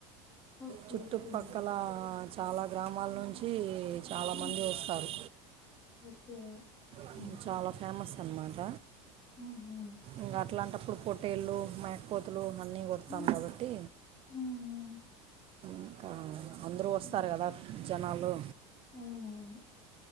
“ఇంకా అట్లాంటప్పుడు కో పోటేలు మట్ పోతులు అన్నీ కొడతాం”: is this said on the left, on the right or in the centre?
Right